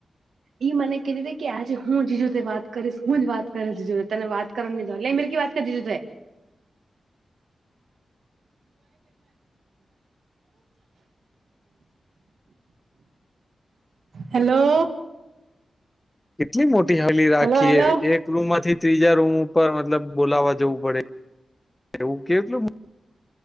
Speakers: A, on the right; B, on the left.
A: ઈ મને કેતી હતી કે, આજે હું જીજું જોડે વાત કરીશ. હું જ વાત કરીશ જીજું, તને વાત. કરનીધ લહી મે ક વાત કરી દી ત. <inaudible> <unintelligible> હેલો.
B: કેટલી મોટી હવેલી રાખીએ
A: હેલો હેલો
B: એક. રૂમ માંથી ત્રીજા રૂમ ઉપર, મતલબ બોલાવા જવું પડે એવું કેવું.